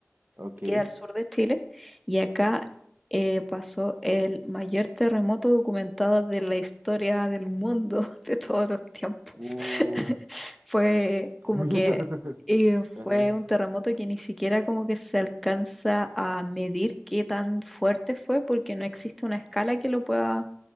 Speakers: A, on the right (about 45°); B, in the centre.
A: ok.
B: que queda al sur de Chile, y acá eh, pasó el mayor terremoto documentado de la historia del mundo <laughs> de todos los tiempos.
A: Uh,
B: <laughs> Fue como
A: <laughs> miedo.
B: que eh,
A: Ajá.
B: fue un terremoto que ni siquiera como que se alcanza a medir qué tan fuerte fue, porque no existe una escala que lo pueda